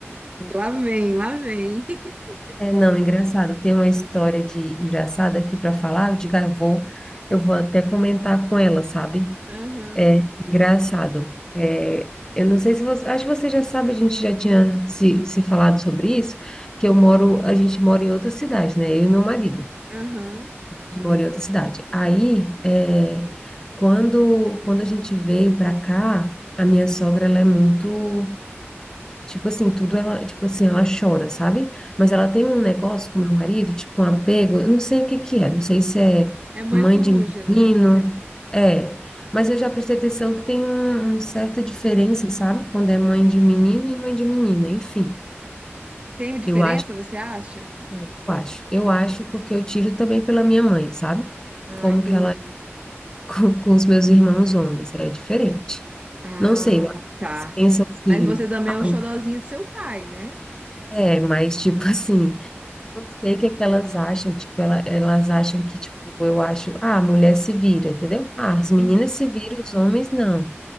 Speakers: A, on the left (about 15°); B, on the right (about 30°).
A: <laughs>
B: lá vem, lá vem. <laughs>
A: é, não, engraçado, tem uma história de engraçada aqui para falar, eu digo, ah, eu vou, eu vou até comentar com ela, sabe?
B: Aham,
A: Engraçado. É, eu não sei se você, acho que você já sabe, a gente já tinha se, se falado sobre isso, que eu moro, a gente mora em outra cidade, né? Eu e meu marido.
B: aham.
A: de moro em outra cidade. Aí, é, quando, quando a gente veio pra cá, a minha sogra, ela é muito, tipo assim, tudo ela, tipo assim, ela chora, sabe? Mas ela tem um negócio com meu marido, tipo um apego, eu não sei o que que é, não sei se é
B: É mãe
A: mãe
B: coruja,
A: de
B: né?
A: menino, é, mas eu já prestei atenção que tem um, um certa diferença, sabe? Quando é mãe de menino e mãe de menina, enfim.
B: Tem diferença,
A: Eu acho,
B: você acha?
A: eu acho, eu acho porque eu tiro também pela minha mãe, sabe?
B: Ah,
A: como
B: entendi.
A: que ela com, com os meus irmãos homens, é diferente.
B: Ah,
A: Não sei, eu acho que
B: tá.
A: elas pensam assim,
B: Mas você também
A: ah,
B: é o xodozinho do seu pai, né?
A: é, mas tipo <laughs> assim, eu não sei o que é que elas acham, tipo, ela, elas acham que, tipo, eu acho, ah, a mulher se vira, entendeu? Ah, as meninas
B: Uhum.
A: se viram, os homens não.